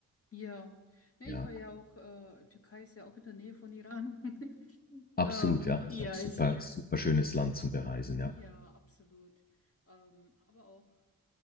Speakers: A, on the left; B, on the left.
A: Ja. ja,
B: Ja.
A: ich war ja auch, äh, Türkei ist ja auch in der Nähe von Iran. <laughs>
B: Absolut,
A: Ähm,
B: ja. Ist
A: ja,
B: ein super,
A: ist ja auch
B: super
A: in
B: schönes
A: der Nähe.
B: Land zum Bereisen,
A: Ja,
B: ja.
A: absolut. Ähm, aber auch.